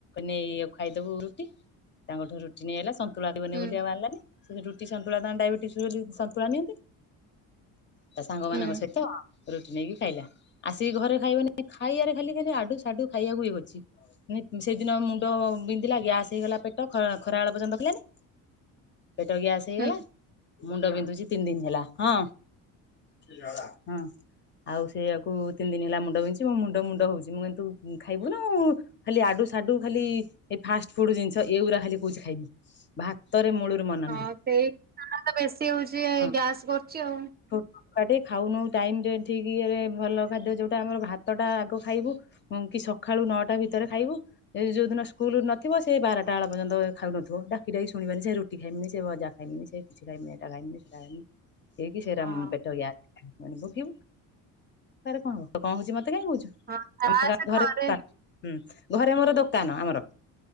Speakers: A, on the left; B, on the right.
A: ନେଇ ଏଇଆକୁ ଖାଇଦବୁ ରୁଟି ତାଙ୍କଠୁ ରୁଟି ନେଇଗଲା ସନ୍ତୁଳା ବନେଇ
B: ହୁଁ
A: ବ ବୋଲି ଆଉ ଆଣିଲାନି। ସେ ରୁଟି ସନ୍ତୁଳା ତାଙ୍କ ଡାଇବେଟିସ୍ ବୋଲି ସନ୍ତୁଳା ନିଅନ୍ତି। ତା ସାଙ୍ଗ ମାନଙ୍କ
B: ହୁଁ
A: ସହିତ ରୁଟି ନେଇକି ଖାଇଲା। ଆସିକି ଘରେ ଖାଇବନି ଖାଇବାରେ ଖାଲି ଖାଲି ଆଡୁ ସାଡୁ ଖାଇବାକୁ ଇଏ କରୁଛି ମାନେ ସେ ଦିନ ମୁଣ୍ଡ ବିନ୍ଧିଲା ଗ୍ୟାସ୍ ହେଇଗଲା ପେଟ ଖରାବେଳ ପର୍ଯ୍ୟନ୍ତ <unintelligible> ପେଟ ଗ୍ୟାସ୍ ହେଇଗଲା
B: ହୁଁ
A: ମୁଣ୍ଡ ବିନ୍ଧୁଛି ତିନି ଦିନ ହେଲା ହଁ ହଁ। ଆଉ ସେଇୟାକୁ ତିନି ଦିନି ହେଲା ମୁଣ୍ଡ ବିନ୍ଧୁଛିି ମୋ ମୁଣ୍ଡ ମୁଣ୍ଡ ହଉଛି ମୁଁ କିହିଲି ତୁ ଖାଇବୁନୁ ଖାଲି ଆଡୁ ସ୍ ସାଡୁ ଖାଲି ଏ ଫାଷ୍ଟ୍ ଫୁଡ୍ ଜିନିଷ ଏଇଗୁଡ଼ା ଖାଲି କହୁଛି ଖାଇବି ଭାତରେ ମୂଳରୁ ମନ
B: ହଁ
A: ନାହିଁ।
B: ସେଇ <unintelligible> ବେଶୀ ହଉଛି
A: ହଁ
B: ଗ୍ୟାସ୍ କରୁଛି ଆଉ।
A: ଛୋଟ ଛୁଆଟେ ଖାଉନୁ ଟାଇମ୍ ରେ ଠିକ୍ ଇଏରେ ଭଲ ଖାଦ୍ୟ ଯୋଉଟା ଆମର ଭାତ ଟା ଆଗ ଖାଇବୁ। ହଁ କି ସକାଳୁ ନଅଟା ଭିତରେ ଖାଇବୁ ସେ ଯୋଉ ଦିନ ସ୍କୁଲ ନଥିବ ସେ ବାରଟା ବେଳ ପର୍ଯ୍ୟନ୍ତ ଖାଉନଥିବ ଡାକିଡାକି ଶୁଣିବନି ସେ ରୁଟି ଖାଇବି ନି ସେ ଭଜା ଖାଇ ବିନି ସେ କିଛି ଖାଇବିନି ଏଟା ଖାଇ ମିନି ସେଟା ଖାଇବିନି। ସେରା
B: ହଁ
A: ପେଟ ଗ୍ୟାସ୍ ମୁଁ କହିଲି ଭୋଗିବୁ କଣ ହବ କଣ ହୋଉଛି ମତେ କାହିଁ କହୁଛୁ।
B: ହଁ ଗ୍ୟାସ୍
A: <unintelligible> ହୁଁ
B: ଥରେ
A: ଘରେ ମୋର ଦୋକାନ ଆମର